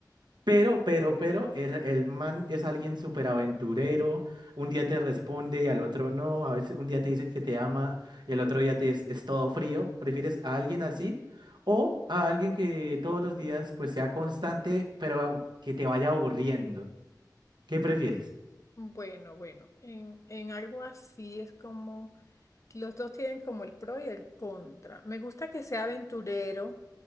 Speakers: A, on the right; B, on the left.
A: Pero, pero, pero, es, el man es alguien súper aventurero, un día te responde y al otro no, a veces un día te dice que te ama y al otro día te es, es todo frío. ¿Prefieres a alguien así o a alguien que todos los días pues sea constante, pero que te vaya aburriendo? ¿Qué prefieres?
B: Bueno, bueno, en, en algo así es como... Los dos tienen como el pro y el contra. Me gusta que sea aventurero,